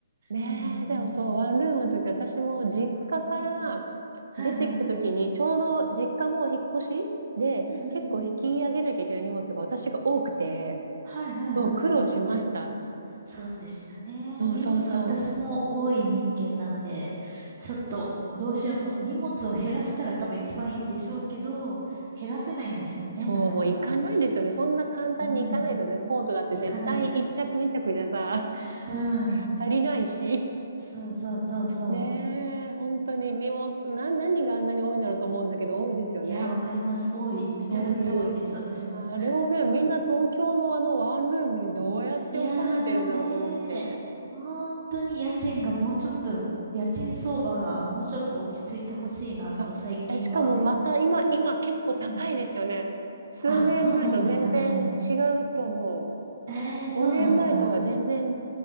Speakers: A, on the right; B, on the right.
A: ねえ、
B: うんうん
A: でもそう、ワンルームの時、私も実家から
B: うん。うん。はいはい。
A: 出てきた時に、ちょうど実家も引っ越しで、
B: うんうんうん。
A: 結構引き上げなきゃいけない荷物が私が多くて、
B: はいはいはいはい。
A: そう、苦労しました。
B: そうですよね。
A: そうそうそう。
B: 荷物私も多い人間なんで、ちょっとどうしようも、荷物を減らしたら多分一番いいんでしょうけど、減らせないんですよね、
A: そう、
B: なかなか。
A: もう行かないですよね。そんな簡単に行かないですよね。
B: うん。
A: コートだって絶対一着二着にちゃくじゃさ、
B: いかない。
A: <laughs>
B: <laughs> うん。
A: 足りないし。
B: そうそうそうそ
A: ねえ、本当に荷物、な、何があんなに多いんだろうと思うんだけど、多いですよね。
B: う。いや、わかります。多い。めちゃめちゃ多いです、
A: 多い。
B: 私も。
A: あれをね、みんな東京のあのワンルームにどうやって収めてるんだろうと思って。
B: いやーねー、本当に家賃がもうちょっと、家賃相場がもうちょっと落ち着いてほしいなと最近は。
A: いや、え、しかもまた今、今結構高いですよね。
B: うん。
A: 数年前と全然違うと思
B: あ、そうなんですかね。えー、
A: う。
B: そうなんだ。
A: 5年前とは全然